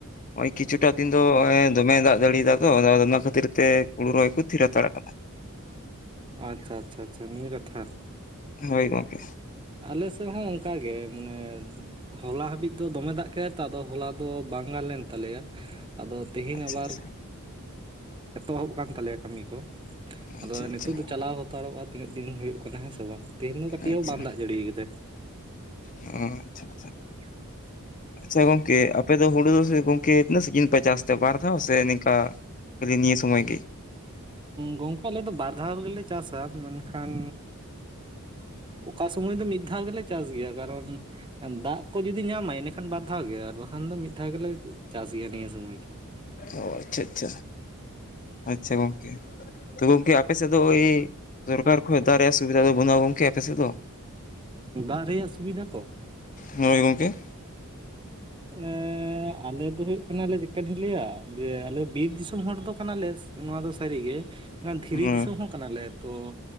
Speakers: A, on the left; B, on the right.
A: ᱱᱚᱜ-ᱚᱭ ᱠᱤᱪᱷᱩᱴᱟᱜ ᱫᱤᱱ ᱫᱚ ᱱᱚᱜ-ᱚᱭ ᱫᱚᱢᱮ ᱫᱟᱜ ᱡᱟᱲᱤᱫᱟᱭ ᱛᱚ ᱚᱱᱟ ᱠᱷᱟᱹᱛᱤᱨ ᱛᱮ ᱦᱩᱲᱩ ᱨᱚᱦᱚᱭ ᱠᱚ ᱛᱷᱤᱨ ᱦᱟᱛᱟᱲ ᱠᱟᱫᱟ ᱾
B: ᱟᱪᱪᱷᱟ ᱟᱪᱪᱷᱟ ᱟᱪᱪᱷᱟ ᱱᱤᱭᱟᱹ ᱠᱟᱛᱷᱟ ᱾
A: ᱦᱳᱭ ᱜᱚᱝᱠᱮ ᱾
B: ᱟᱞᱮ ᱥᱮᱫ ᱦᱚᱸ ᱚᱝᱠᱟᱜᱮ ᱢᱟᱱᱮ ᱦᱚᱞᱟ ᱦᱟᱵᱤᱡ ᱫᱚ ᱫᱚᱢᱮ ᱫᱟᱜ ᱠᱮᱫᱟᱭ ᱛᱚ, ᱟᱫᱚ ᱦᱚᱞᱟ ᱫᱚ ᱵᱟᱝ ᱵᱟᱝ ᱞᱮᱱ ᱛᱟᱞᱮᱭᱟ ᱟᱫᱚ ᱛᱤᱦᱤᱧ
A: ᱟᱪᱪᱷᱟ
B: ᱟᱵᱟᱨ
A: ᱟᱪᱪᱷᱟ
B: ᱮᱛᱚᱦᱚᱵ ᱠᱟᱱ ᱛᱟᱞᱮᱭᱟ ᱠᱟᱹᱢᱤ ᱠᱚ᱾
A: ᱟᱪᱪᱷᱟ
B: ᱟᱫᱚ
A: ᱟᱪᱪᱷᱟ
B: ᱱᱤᱛᱳᱜ ᱫᱚ ᱪᱟᱞᱟᱣ ᱦᱟᱛᱟᱲᱚᱜ-ᱟ ᱛᱤᱱᱟᱹᱜ ᱫᱤᱱ ᱦᱩᱭᱩᱜ ᱠᱟᱱᱟ ᱦᱮᱸᱥᱮ ᱵᱟᱝ ᱛᱮᱦᱮᱧ ᱫᱚ ᱠᱟᱹᱴᱤᱡ
A: ᱟᱪᱪᱷᱟ
B: ᱦᱚᱸ ᱵᱟᱝ ᱫᱟᱜ ᱡᱟᱹᱲᱤ ᱠᱟᱫᱟᱭ ᱾
A: ᱚ ᱟᱪᱪᱷᱟ ᱟᱪᱪᱷᱟ᱾
B: <unintelligible>
A: ᱟᱪᱪᱷᱟ ᱜᱚᱝᱠᱮ ᱟᱯᱮ ᱫᱚ ᱦᱩᱲᱩ ᱫᱚ ᱜᱚᱢᱠᱮ ᱥᱤᱡᱤᱱ ᱯᱮ ᱪᱟᱥ ᱟᱯᱮ ᱵᱟᱨ ᱫᱷᱟᱣ ᱥᱮ ᱱᱤᱝᱠᱟ ᱠᱷᱟᱹᱞᱤ ᱱᱤᱭᱟᱹ ᱥᱚᱢᱚᱭ ᱜᱮ ᱾
B: ᱜᱚᱢᱠᱮ ᱟᱞᱮ ᱫᱚ ᱵᱟᱨ ᱫᱷᱟᱣ ᱜᱮᱞᱮ ᱪᱟᱥᱟ, ᱢᱮᱱᱠᱷᱟᱱ ᱚᱠᱟ ᱥᱩᱢᱚᱭ ᱫᱚ ᱢᱤᱫ ᱫᱷᱟᱣ ᱜᱮᱞᱮ ᱪᱟᱥ ᱜᱮᱭᱟ ᱠᱟᱨᱚᱱ ᱫᱟᱜ ᱠᱚ ᱡᱩᱫᱤ ᱧᱟᱢᱟᱭ ᱮᱸᱰᱮᱠᱷᱟᱱ ᱵᱟᱨ ᱫᱷᱟᱣ ᱜᱮ ᱟᱨ ᱵᱟᱠᱷᱟᱱ ᱫᱚ ᱢᱤᱫ ᱫᱷᱟᱣ ᱜᱮᱞᱮ ᱪᱟᱥ ᱜᱮᱭᱟ ᱱᱤᱭᱟᱹ ᱥᱩᱢᱚᱭ ᱜᱮ᱾
A: ᱚ ᱟᱪᱪᱷᱟ ᱟᱪᱪᱷᱟ ᱟᱪᱪᱷᱟ ᱾ ᱛᱚ ᱜᱚᱝᱠᱮ ᱟᱯᱮ ᱥᱮᱫ ᱫᱚ ᱳᱭ ᱥᱚᱨᱠᱟᱨ ᱠᱷᱚᱡ ᱫᱟᱜ ᱨᱮᱭᱟᱜ ᱥᱩᱵᱤᱫᱷᱟ ᱫᱚ ᱵᱟᱹᱱᱩᱜᱼᱟ ᱜᱚᱝᱠᱮ ᱟᱯᱮ ᱥᱮᱫ ᱫᱚ?
B: ᱫᱟᱜ ᱨᱮᱭᱟᱜ ᱥᱩᱵᱤᱫᱷᱟ ᱠᱚ
A: ᱦᱮᱸ ᱜᱚᱢᱠᱮ ᱾
B: ᱮᱸᱻ ᱟᱞᱮ ᱫᱚ ᱦᱩᱭᱩᱜ ᱠᱟᱱᱟᱞᱮ ᱪᱮᱠᱟᱛᱤᱧ ᱞᱟᱹᱭᱟ ᱡᱮ ᱟᱞᱮ ᱵᱤᱨ ᱫᱤᱥᱚᱢ ᱦᱚᱲ ᱫᱚ ᱠᱟᱱᱟᱞᱮ ᱱᱚᱣᱟ ᱫᱚ ᱥᱟᱹᱨᱤᱜᱮ᱾ ᱚᱱᱟ ᱫᱷᱤᱨᱤ
A: ᱦᱮᱸ᱾
B: ᱫᱤᱥᱚᱢ ᱦᱚᱸ ᱠᱟᱱᱟᱞᱮ ᱛᱚ